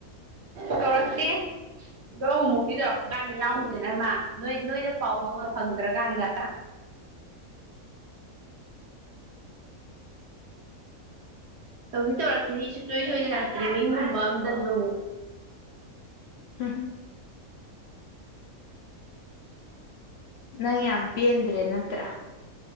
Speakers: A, on the right (about 60°); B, on the left (about 65°).
A: ꯇꯧꯔꯁꯇꯦ <inaudible> ꯑꯗꯨꯧ ꯃꯨꯔꯇꯤꯗ ꯐꯨꯀꯥꯏꯅꯤ ꯌꯥ ꯅꯃ ꯅꯣꯏ ꯅꯣꯏꯗ ꯄꯥꯎ ꯐꯥꯎꯅ ꯐꯪꯗ꯭ꯔꯀꯥꯟꯗ ꯇꯧꯗꯤ ꯇꯧꯔꯛꯈꯤꯅꯤ ꯁꯨꯡꯁꯣꯏ ꯁꯣꯏꯗꯅ ꯂꯥꯛꯇ꯭ꯔꯤ ꯃꯤꯅꯤꯒꯨꯝꯕ ꯑꯝꯇꯁꯨ ꯑꯃꯨꯛ
B: ꯍ ꯅꯪ ꯌꯥꯝꯄꯤꯟ꯭ꯔꯦ ꯅꯠꯇ꯭ꯔ